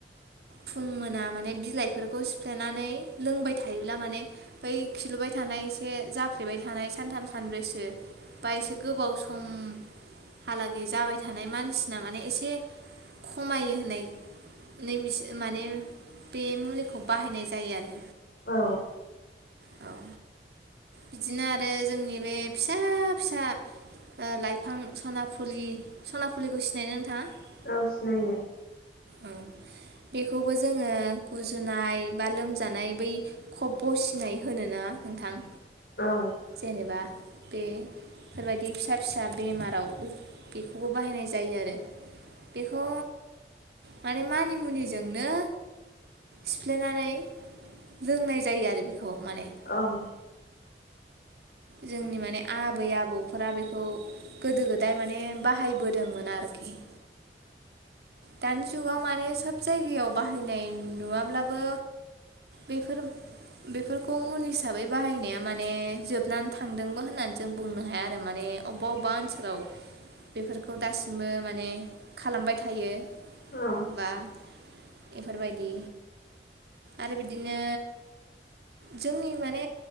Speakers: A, on the right (about 65°); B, on the left (about 60°).
A: फुं मोना माने बिलाइफोरखौ सिफ्लेनानै लोंबाय थायोब्ला माने बै खिलुबाय थानाय एसे जाफ्लेबाय थानाय सानथाम सानब्रैसो बा एसे गोबाव सम हालागै जाबाय थानाय मानसिना माने एसे खमायो होननाय नै बिसो माने बे मुलिखौ बाहायनाय जायो आरो
B: औ
A: औ बिदिनो आरो जोंनि बे फिसा फिसा ओ लाइफां सनाफुलि सनाफुलिखौ सिनायनो नोंथाङा?
B: औ सिनायो
A: औ बेखौबो जोङो गुजुनाय बा लोमजानाय बै खब्ब' सिनाय होनो ना नोंथां
B: औ
A: जेनेबा बे बेफोरबायदि फिसा फिसा बेमाराव बेखौबो बाहायनाय जायो आरो बेखौ माने मानि मुनिजोंनो सिफ्लेनानै लोंनाय जायो आरो बेखौ माने
B: औ
A: जोंनि माने आबै आबौफोरा बेखौ गोदो गोदाय माने बाहायबोदोंमोन आरोखि दानि जुगाव माने सोब जायगायाव बाहायनाय नुवाब्लाबो बेफोर बेफोरखौ मुलि हिसाबै बाहायनाया माने जोब नानै थांदोंबो होननानै जों बुंनो हाया आरो माने अबेबा अबेबा ओनसोलाव बेफोरखौ दासिमबो माने खालामबाय थायो
B: औ
A: बा बेफोरबायदि आरो बिदिनो जोंनि माने